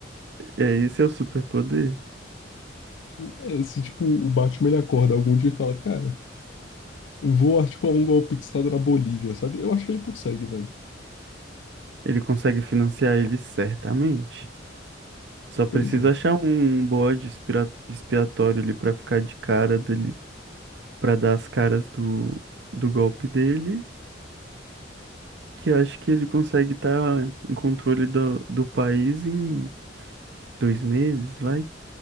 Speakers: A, on the right; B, on the left.
A: É, esse é o superpoder.
B: É, se, tipo, o Batman ele acorda algum dia e fala: Cara, vou articular um golpe de Estado na Bolívia, sabe? Eu acho que ele consegue, velho.
A: Ele consegue financiar ele certamente. Só precisa
B: Pois é.
A: achar um um bode expira- expiatório ali pra ficar de cara dele, pra dar as caras do, do golpe dele, que acho que ele consegue estar em controle do, do país em dois meses, vai?